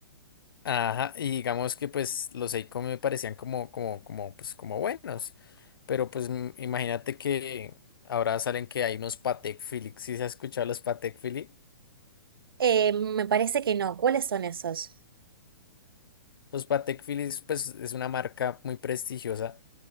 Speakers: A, on the left (about 70°); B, on the right (about 75°).
A: Ajá, y digamos que pues los Seiko me parecían como, como, como, pues como buenos, pero pues mm, imagínate que ahora salen que hay unos Patek Philippe, si se ha escuchado los Patek Philippe?
B: Eh, me parece que no. ¿Cuáles son esos?
A: Los Patek Philippe pues es una marca muy prestigiosa